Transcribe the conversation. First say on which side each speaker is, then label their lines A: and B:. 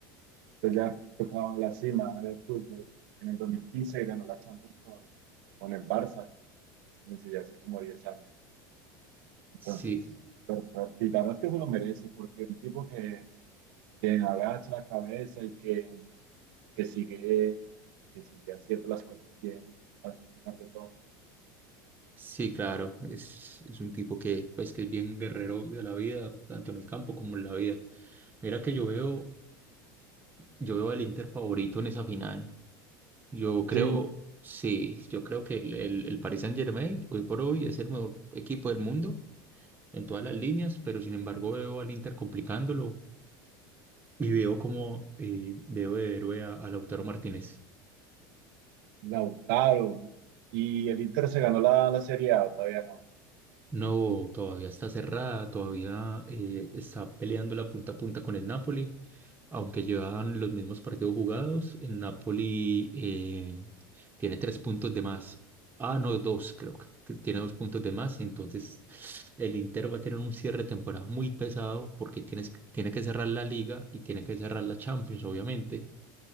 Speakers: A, on the right; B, on the right.
A: pues ya tocaba la cima del fútbol. En el 2015 ganó la Champions con, con el Barça, desde ya hace como 10 años. Entonces,
B: Sí,
A: pero, pero, y la verdad es que se lo merece, porque un tipo que, que agacha la cabeza y que, que sigue, que sigue haciendo las cosas bien, a pesar de todo.
B: sí, claro, es, es un tipo que, pues, que es bien guerrero de la vida, tanto en el campo como en la vida. Mira que yo veo, yo veo al Inter favorito en esa final. Yo creo,
A: Sí,
B: sí, yo creo que el, el, el Paris Saint-Germain hoy por hoy es el mejor equipo del mundo en todas las líneas, pero sin embargo veo al Inter complicándolo y veo como eh, veo de héroe a, a Lautaro Martínez.
A: Lautaro. Y el Inter se ganó la, la Serie A, ¿o todavía no.
B: No, todavía está cerrada, todavía eh, está peleando la punta a punta con el Napoli, aunque llevan los mismos partidos jugados, el Napoli eh, tiene tres puntos de más. Ah, no, dos creo que que tiene dos puntos de más, entonces el Inter va a tener un cierre de temporada muy pesado porque tienes, tiene que cerrar la liga y tiene que cerrar la Champions, obviamente